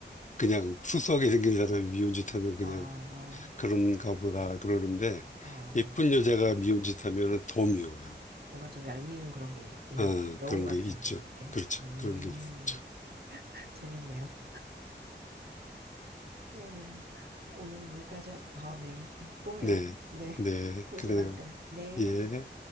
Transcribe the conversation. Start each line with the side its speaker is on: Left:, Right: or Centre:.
Left: 그냥 수수하게 생긴 사람이 미운 짓 하면 그냥
Right: 아,
Left: 그런가 보다 그러는데
Right: 아.
Left: 예쁜 여자가 미운 짓 하면은 더 미워요.
Right: 뭔가 좀 얄미운 그런 게 있나
Left: 아,
Right: 봐요. 여우
Left: 그런
Right: 같은
Left: 게 있죠.
Right: 그런 느낌?
Left: 그렇죠.
Right: 음,
Left: 그런 게 있죠.
Right: <laughs> 재밌네요. 그러면 오늘은 여기까지 하고 다음에 또 해요.
Left: 네.
Right: 네,
Left: 네.
Right: <laughs> 조심할
Left: 그래요.
Right: 때. 네.
Left: 예.